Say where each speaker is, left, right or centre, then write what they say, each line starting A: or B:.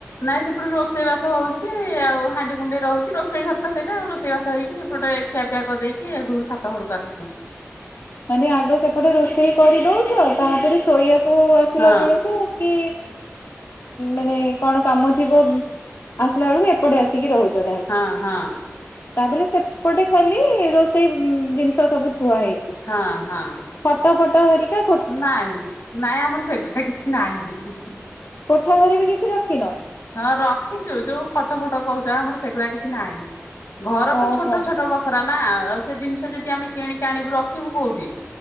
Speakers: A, on the left; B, on the left.
A: ନାଇଁ ସେପଟେ ରୋଷେଇ ବାସ ହଉଛି ଆଉ ହାଣ୍ଡି କୁଣ୍ଡି ରହୁଛି ରୋଷେଇ ଘର ତ ସେଇଟା ଆଉ ରୋଷେଇ ବାସ ହେଇକି ସେପଟେ ଖିଆପିଆ କରି ଦେଇକି ଏ ଘରୁ ଛାତ ଘରକୁ ଆସୁଛୁ।
B: ମାନେ ଆଗ ସେପଟେ ରୋଷେଇ କରିଦଉଛ ତାପରେ ଶୋଇବାକୁ ଆସିଲା
A: ହଁ
B: ବେଳକୁ କି ମାନେ କଣ କାମ ଥିବ। ଆସିଲା ବେଳକୁ ଏପଟେ ଆସିକି ରହୁଛ।
A: ହଁ ହଁ।
B: ତାପରେ ସେପଟେ ଖାଲି ରୋଷେଇ ଜିନିଷ ସବୁ ଥୁଆ ହେଇଛି।
A: ହଁ ହଁ।
B: ଖଟ ଫଟ ହରିକା।
A: ନାଇଁ ନାଇଁ ଆମର ସେଗୁଡା କିଛି ନାହିଁ ବି।
B: କୋଠା ଘରେ ବି କିଛି ରଖିନ।
A: ହଁ ରଖିଛୁ ଯୋଉ ଖଟ ଫଟ କହୁଛ ଆମର ସେଗୁଡା କିଛି ନାହିଁ ଘର
B: ଓହୋ।
A: ତ ଛୋଟ ଛୋଟ ବ ଖରା ନା ଆଉ ସେ ଜିନିଷ ଯଦି ଆମେ କିଣିକି ଆଣିବୁ ରଖିବୁ କୋଉଠି।